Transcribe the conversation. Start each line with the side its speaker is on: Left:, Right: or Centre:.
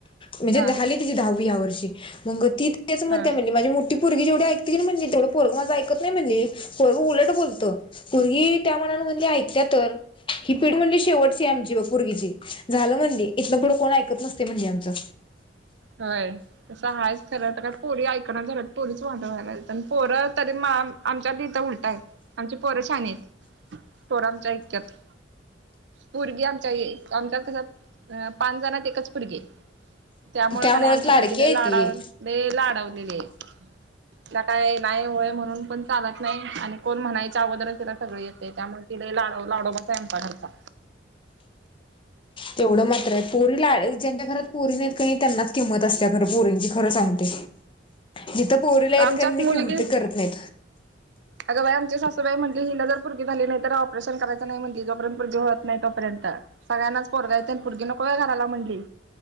Left: म्हणजे
Right: हा
Left: झाली
Right: हा
Left: तिची दहावी यावर्षी, मग ती तेच म्हणते
Right: हा
Left: म्हणली माझी मोठी पुरगी जेवढी ऐकती की नाही म्हणली ते पोरग माझं ऐकत नाही म्हणली पोरगं उलट बोलतं पोरगी त्यामानाने म्हणली ऐकत्या तर. ही पिढु म्हणली शेवटची आमची बघ पोरगीची. झालं म्हणली इथनं पुढं कोण ऐकत नसतय म्हणली आमचं.
Right: होय तसं आहेच खरं तर पोरी ऐकणा झाल्यात पोरीच वाटुळ व्हायला लाल्यात पोरं तरी मा आमच्यात इथं उलटय आमची पोरं शहाणी येतं, पोरं आमचं ऐकत्यात. पोरगी आमच्या आमच्यात कसं, पाच जणात एकच पुरगी ये. त्यामुळं
Left: त्यामुळेच
Right: का नाही आमची
Left: लाडकी
Right: पुरगी
Left: आहे
Right: लाडाव
Left: ती
Right: लई लाडवलेली ये. तिला काय नाही होय म्हणून पण चालंत नाही आणि कोण म्हणायच्या अगोदरच तिला सगळं येतयं त्यामुळे ती लय लाडाव लाडोबाच आहे आमच्या घरचा.
Left: तेवढं मात्र आहे पोरीला ज्यांच्या घरात पोरी नाहीत की नाही त्यांनाच किंमत असत्या खरं पोरींची खरं सांगते. जिथं पोरी लई आहेत
Right: आमच्यात
Left: की नाही
Right: मुलगी
Left: किमती करत नाहीत.
Right: अगं बाई आमची सासूबाई म्हटली हिला जर पोरगी झाली नाही तर ऑपरेशन करायचं नाही म्हटंली जोपर्यंत पोरगी होतं नाही तोपर्यंत. सगळ्यांनाच पोरग हायत आणि पोरगी नको व्हयं घराला म्हणली.